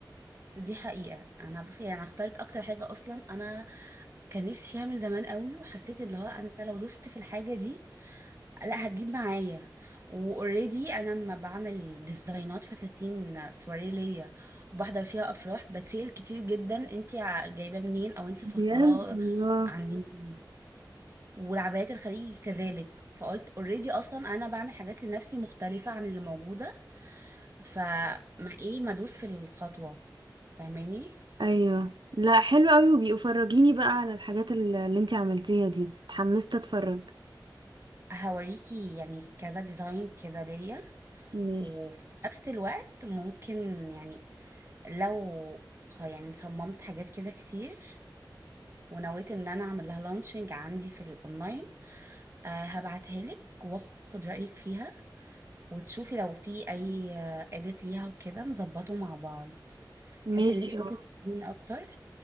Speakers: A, on the right; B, on the right.
A: دي حقيقه انا بصي انا اخترت اكتر حاجه اصلا انا كان نفسي اعمل زمان قوي وحسيت ان هو انا لو دوست في الحاجه دي لا هتجيب معايا واوريدي انا لما بعمل ديزاينات فساتين سواري ليا وبحضر فيها افراح بتسأل كتير جدا انت جايباه منين او انت
B: بجد
A: مفصلاه
B: الله
A: عند مين والعبايات الخليجي كذلك فقلت اوريدي اصلا انا بعمل حاجات لنفسي مختلفه عن اللي موجوده فما ايه ما ادوس في الخطوه فاهماني
B: ايوه لا حلو قوي وبيبقوا فرجيني بقى على الحاجات اللي اللي انتي عملتيها دي اتحمست اتفرج
A: هوريكي يعني كذا ديزاين كده ليا
B: ماشي
A: وفي نفس الوقت ممكن يعني لو خ- يعني صممت حاجات كده كتير ونويت ان انا اعمل لها لانشنج عندي في الاونلاين آه هبعتها لك واخد رأيك فيها وتشوفي لو في اي اديت ليها وكده نظبطه مع بعض بحيث
B: ماشي
A: ان انت ممكن
B: اه
A: تفيديني اكتر